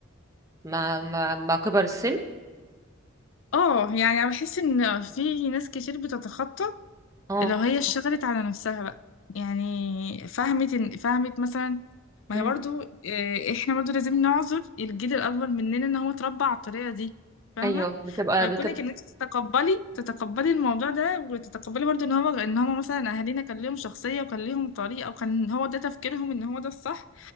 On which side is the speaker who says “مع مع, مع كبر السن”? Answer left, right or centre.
Right